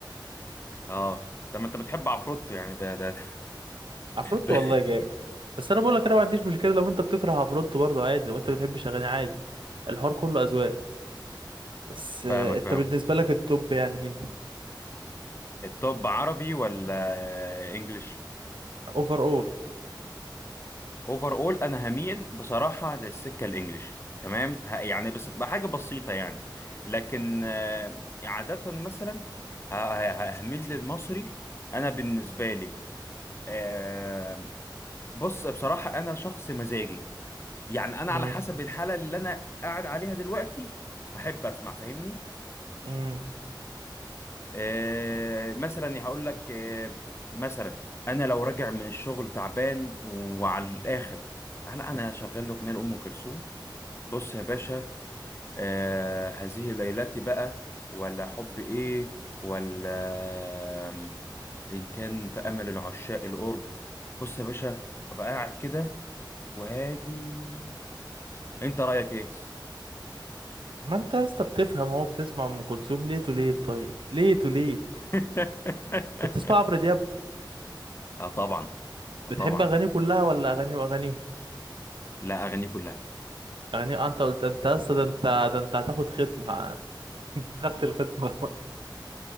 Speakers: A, on the left; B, on the right.
A: اه طب ما انت بتحب عفروتو يعني ده ده <laughs>
B: عفروتو
A: ده-
B: والله جامد بس انا بقول لك انا ما عنديش مشكله لو انت بتكره عفروتو برضو عادي لو انت بتحبش اغاني عادي الحوار كله اذواق بس آه
A: فاهمك
B: انت
A: فاهم
B: بالنسبه لك التوب يعني مين
A: الطب عربي ولا انجليش
B: اوفر اول
A: اوفر اول انا هميل بصراحه للسكه الانجليش تمام ه- يعني بس تبقى حاجه بسيطه يعني لكن آه، عاده مثلا ه- ه- هميل للمصري انا بالنسبه لي آه، بص بصراحه انا شخص مزاجي يعني انا
B: امم
A: على حسب الحاله اللي انا قاعد عليها دلوقتي احب اسمع فاهمني
B: أمم.
A: آه، مثلا يعني هقول لك آه، مثلا انا لو راجع من الشغل تعبان وعلى الاخر هلا انا شغال لي اغنيه لام كلثوم بص يا باشا آه، هذه ليلتي بقى ولا حب ايه ولا آم، ان كان في امل العشاق القرب بص يا باشا ابقى قاعد كده وهادي انت رايك ايه
B: ما انت يا اسطى بتفهم اهو بتسمع ام كلثوم ليه توليت طيب ليه توليت
A: <laughs>
B: بتسمع عمرو دياب
A: اه طبعا اه
B: بتحب
A: طبعا
B: اغانيه كلها ولا اغانيه واغانيه
A: لا اغاني كلها
B: اغانيه آه، انت قلت انت يا اسطى ده انت ده انت هتاخد ختمه <laughs> خدت الختمه